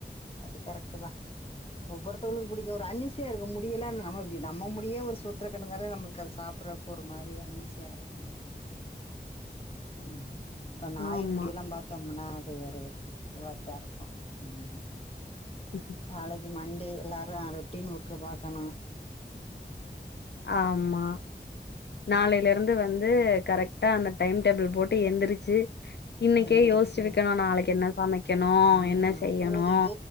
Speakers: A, on the left; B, on the left.
A: அது கரெக்ட்டு தா ஒவ்வெருத்தருவுளுக்கு புடிக்கு ஒரு அன்னிசையா இருக்கு முடியலா நம்ம நம்ம முடியே ஒரு சூத்திர கிடந்தாலே நம்மளுக்கு அத சாப் பிறக் ஒரு மாரி அன்னிசைய இருக்கு என்ன இப்ப நாய்
B: ஆமா
A: முடியெல்லா பாத்தோம்னா அது ஒரு இதுவாத்தா இருக்கு ம்
B: ம்
A: நாளெக்கு மண்டே எல்லாரு அ ரொட்டீன் ஒர்க்க பாக்கணு
B: ஆமா நாளைல இருந்து வந்து கரக்ட்டா அந்த டைம் டேபிள் போட்டு எந்துருச்சு இன்னெக்கே
A: எந்திரிச்சு
B: யோச்சு வெக்கெணு நாளெக்கி என்ன சமக்கெணு
A: ஆமா
B: என்ன செய்யணு
A: ஐயோ இது